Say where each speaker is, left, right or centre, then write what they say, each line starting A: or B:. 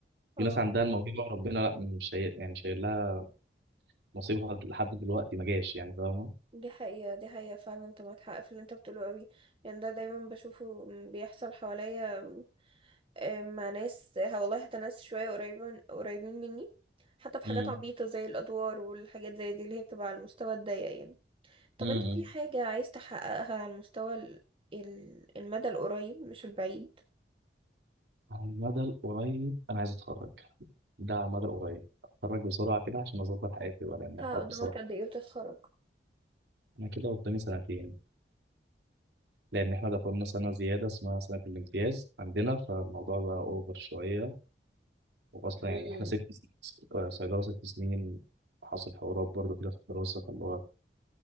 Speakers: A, on the right; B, on the right.
A: في
B: اه
A: ناس عندها الموهبه وربنا لا مش شايل يعني شايل لها نصيبها لحد دلوقتي ما جاش يعني فاهمه
B: دي حقيقة دي حقيقة فعلا انت معاك حق في اللي انت بتقوله قوي يعني ده دايما بشوفه بيحصل حواليا آه، مع ناس آه، والله حتى ناس شوية قريبة قريبين مني حتى في
A: امم
B: حاجات عبيطة زي الأدوار والحاجات زي دي اللي هي بتبقى على المستوى الضيق يعني طب
A: امم
B: انت في حاجة عايز تحققها على المستوى ال- ال- المدى القريب مش البعيد
A: على المدى القريب انا عايز اتخرج ده على المدى القريب اتخرج بسرعة كده عشان أظبط حياتي ولا لأن
B: انت
A: الحوار
B: قدامك
A: بصراحة
B: قد ايه وتتخرج
A: أنا كده قدامي سنتين لأن إحنا دخلنا سنة زيادة اسمها سنة الامتياز عندنا فالموضوع بقى أوفر شوية وأصلا
B: مم.
A: يعني إحنا ست سنين آه، صيدلة ست سنين حصل حوارات برضه كده في الدراسة فاللي هو